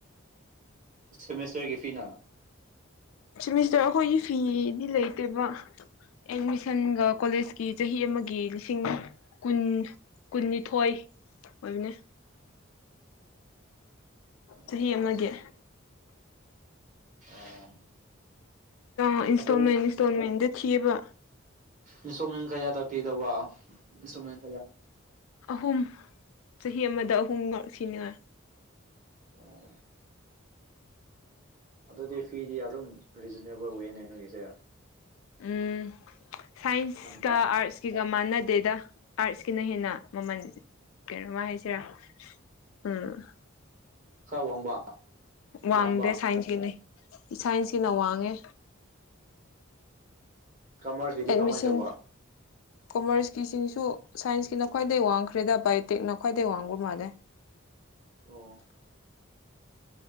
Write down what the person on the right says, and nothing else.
ꯁꯦꯃꯤꯁꯇꯔꯒꯤ ꯐꯤꯅ
ꯑꯣ
ꯑꯣ
ꯑꯗꯨ
ꯏꯟꯁꯇ꯭ꯔꯣꯃꯦꯟ ꯀꯌꯥꯗꯥ ꯄꯤꯗꯕ ꯏꯁꯇ꯭ꯔꯣꯃꯦꯟ
ꯑꯣꯝ ꯑꯗꯨꯗꯤ ꯐꯤꯗꯤ ꯑꯗꯨꯝ ꯔꯤꯖꯅꯦꯕꯜ ꯋꯦꯅꯦ ꯅꯣꯏꯒꯤꯁꯦ
ꯌꯥꯝ
ꯇꯥꯡ
ꯁꯥ ꯋꯥꯡꯕ
ꯌꯥꯝꯕ
ꯀꯃꯔꯁꯀꯤꯗꯤ
ꯀꯃꯥꯏꯅ ꯇꯧꯕ
ꯑꯣ